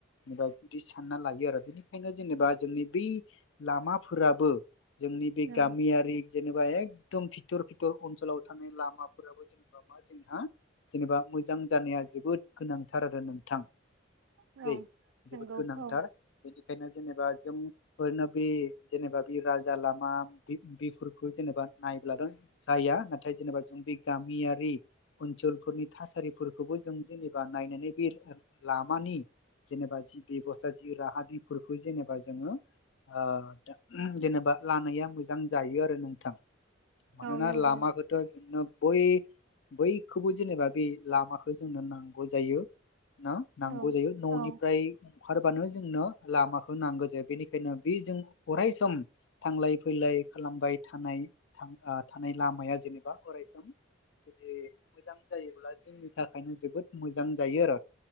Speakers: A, on the left (about 65°); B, on the right (about 70°).
A: जेनेबा बिदि सानना लायो आरो बेनिखायनो जेनेबा जोंनि बै लामाफोराबो जोंनि बे
B: औ
A: गामियारि जेनेबा एकदम फिथर फिथर ओनसोलाव थानाय लामाफोराबो जेनेबा मा जोंहा जेनेबा मोजां जानाया जोबोद गोनांथार आरो नोंथां।
B: औ
A: दै
B: औ
A: जोबोद
B: नंगौ
A: गोनांथार
B: औ
A: बेनिखायनो जेनेबा जोंफोरनो बे जेनेबा बे राजा लामा बे-बेफोरखौ जेनेबा नायब्लाल' जाया। नाथाय जेनेबा जों बे गामियारि ओनसोल थासारिफोरखोबो जों जेनेबा नायनानै बे लामानि जेनेबा जि बेब'स्था जि राहा बिफोरखौ जेनेबा जोङो ओ जेनेबा लानाया मोजां जायो आरो नोंथां। मानोना
B: औ नंगौ
A: लामाखौथ' जोंनो बै बैखौबो जेनेबा बे लामाखो जोंनो नांगौ जायो न नांगौ
B: औ
A: जायो न'निफ्राय
B: औ
A: अखारबानो जोंनो लामाखौ नांगो जायो। बेनिखायनो बे जों अराय सम थांलाय फैलाय खालामबाय थानाय थां आं थानाय लामाया जेनेबा अरायसम जुदि मोजां जायोब्ला जोंनि थाखायनो जोबोद मोजां जायो आरो।